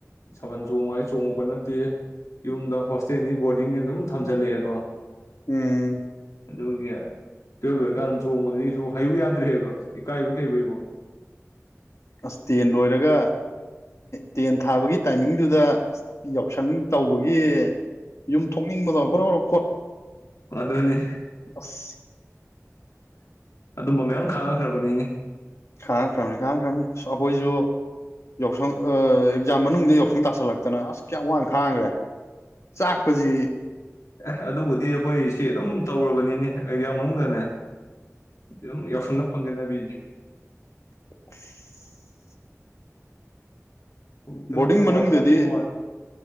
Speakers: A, on the left; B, on the left.
A: ꯁꯥꯕꯜ ꯆꯣꯡꯉꯣꯏ ꯆꯣꯡꯉꯛꯄ ꯅꯠꯇꯦ ꯌꯨꯝꯗ ꯍꯣꯁꯇꯦꯜꯅꯤ ꯕꯣꯔꯗꯤꯡꯅꯤ ꯑꯗꯨꯝ ꯊꯝꯖꯜꯂꯛꯑꯦꯗꯣ
B: ꯎꯝ
A: ꯑꯗꯨꯒꯤ ꯂꯣꯏꯔꯀꯥꯟꯗ ꯆꯣꯡꯕꯗꯨꯗꯤ ꯀꯩꯁꯨ ꯍꯩꯌꯨ ꯌꯥꯗ꯭ꯔꯦꯕ ꯏꯀꯥꯏꯕꯣꯏ ꯀꯩꯩꯕꯣꯏꯀꯣ
B: ꯑꯁ ꯇꯦꯟ ꯂꯣꯏꯔꯒ ꯇꯦꯟ ꯊꯥꯕꯒꯤ ꯇꯥꯏꯃꯤꯡꯗꯨꯗ ꯌꯥꯎꯁꯪ ꯇꯧꯕꯒꯤ ꯌꯨꯝ ꯊꯣꯛꯅꯤꯡꯕꯗꯣ ꯒ꯭ꯔꯣꯒ꯭ꯔꯣ
A: ꯑꯗꯨꯅꯤ
B: ꯑꯁ
A: ꯑꯗꯨꯝꯕ ꯃꯌꯥꯝ ꯈꯥꯡꯉꯛꯈ꯭ꯔꯕꯅꯤꯅꯦ
B: ꯈꯥꯡꯈ꯭ꯔꯕꯅꯤ ꯈꯥꯡꯈ꯭ꯔꯕꯅꯤ ꯑꯁ ꯑꯩꯈꯣꯏꯁꯨ ꯌꯥꯎꯁꯪ ꯑꯦꯛꯖꯥꯝ ꯃꯅꯨꯡꯗ ꯌꯥꯎꯁꯪ ꯇꯥꯁꯜꯂꯛꯇꯅ ꯑꯁ ꯀꯌꯥꯝ ꯋꯥꯡꯅ ꯈꯥꯡꯈ꯭ꯔꯦ ꯆꯥꯛꯄꯁꯤ
A: ꯑꯦ ꯑꯗꯨꯕꯨꯗꯤ ꯑꯩꯈꯣꯏ ꯁꯤ ꯑꯗꯨꯝ ꯇꯧꯔꯕꯅꯤꯅꯦ ꯑꯦꯛꯖꯥꯝ ꯃꯅꯨꯡꯗꯅꯦ ꯑꯗꯨꯝ ꯌꯥꯎꯁꯪꯟꯅ ꯐꯪꯒꯦꯅꯕꯤꯁꯦ
B: <inaudible>
A: ꯍꯧꯖꯤꯛꯇꯕꯨ
B: ꯕꯣꯔꯗꯤꯡ
A: ꯈꯔ
B: ꯃꯅꯨꯡꯗꯗꯤ
A: ꯋꯥꯏ ꯁꯪꯉꯛꯄ ꯋꯥꯅꯤ